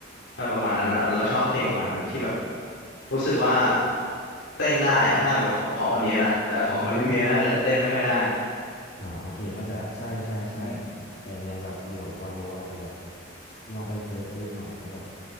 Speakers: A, on the left; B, on the left.
A: แบบประมาณนั้นอ่ะเราชอบเพลงประมาณนั้นที่แบบรู้สึกว่าเต้นได้อะถ้าหมดของคนนี้นะแต่ของโอลิเวียน่าจะเต้นไม่ค่อยได้
B: ีย อ่าโอเคเขาใจะใช่ใช่ใช่
A: อืม
B: แต่ยังไงแบบเดี๋ยววาโลอาจจะแบบลองไปเซิร์ชดูใหม่ว่าแบบ